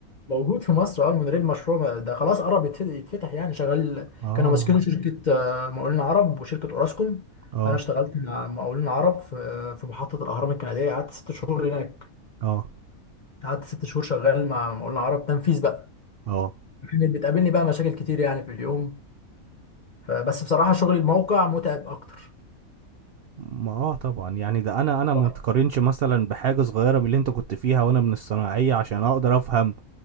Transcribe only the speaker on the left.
موجود في مصر اه المونوريل مشروع ده خلاص قرب يتف- يتفتح يعني شغال
كانوا ماسكينه شركه آه، مقاولين عرب وشركه اوراسكوم
انا اشتغلت مع مقاولين عرب في آه، في محطه الاهرام الكنديه قعدت ست شهور هناك
قعدت ست شهور شغال مع مقاولنا عرب تنفيذ بقى
كانت بتقابلني بقى مشاكل كتير يعني في اليوم فبس بصراحة شغل الموقع متعب أكتر
هو